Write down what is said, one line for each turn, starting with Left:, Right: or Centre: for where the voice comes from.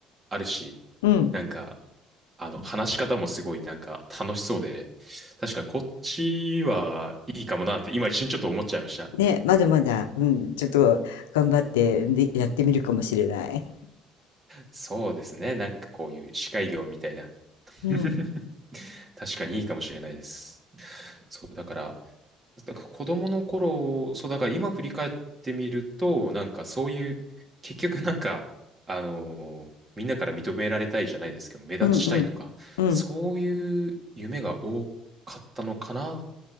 Right: あるし、
Left: うん。
Right: なんか、あの、話し方もすごいなんか楽しそうで、確かにこっちはいいかもなって今一瞬ちょっと思っちゃいました。
Left: ね、まだまだ、うん、ちょっと頑張って、で、やってみるかもしれない。
Right: そうですね。なんかこういう司会業みたいな。<laughs>
Left: うん、
Right: 確かにいいかもしれないです。そう、だから、だから子供の頃、そう、だから今振り返ってみると、なんかそういう、結局なんか、あのーみんなから認められたいじゃないですけど、目立ちたいとか、
Left: うん、うん、うん。
Right: そういう夢が多かったのかなっ